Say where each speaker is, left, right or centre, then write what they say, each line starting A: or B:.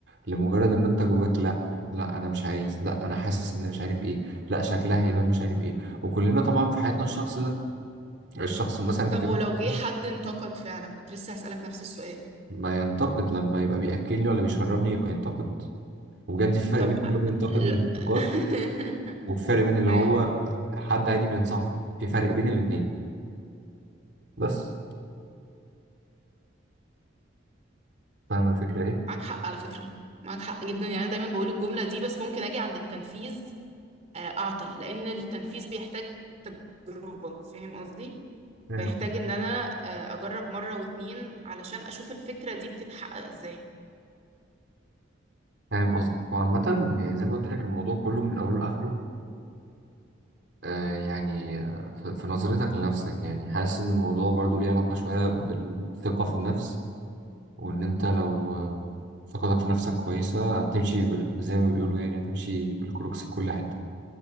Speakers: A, on the right (about 65°); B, on the right (about 35°).
A: لمجرد ان انت جواك لا لا انا مش عايز لا انا حاسس ان مش عارف ايه لا شكلها هيبان مش عارف ايه وكلنا طبعا في حياتنا الشخص ده الشخص مثلا كان
B: طب
A: في وقت
B: ولو جه
A: كتير
B: حد انتقد فعلا كنت لسه هسألك نفس السؤال
A: ما ينتقد لما يبقى بيأكلني ولا بيشربني يبقى ينتقد وبجد في فرق
B: طب
A: بين إنه ينتقد
B: لا
A: للانتقاد
B: <laughs>
A: وفي فرق بين اللي
B: أيوه
A: هو حد عادي بينصحك في فرق بين الاتنين بس فاهم الفكرة ايه؟
B: معاك حق على فكرة معاك حق جدا يعني أنا دايما بقول الجملة دي بس ممكن أجي عند التنفيذ آه، أعطل لأن التنفيذ بيحتاج تجربة فاهم قصدي؟
A: مم.
B: بيحتاج ان انا آه، اجرب مرة واتنين علشان اشوف الفكرة دي بتتحقق ازاي
A: فاهم قصدك وعامة يعني زي ما قلت لك الموضوع كله من أوله لآخره آه يعني آه، في في نظرتك لنفسك يعني حاسس إن الموضوع برضو ليه علاقة شوية بالثقة في النفس وإن أنت لو آه، ثقتك في نفسك كويسة هتمشي بال... زي ما بيقولوا يعني هتمشي بالكروكس في كل حتة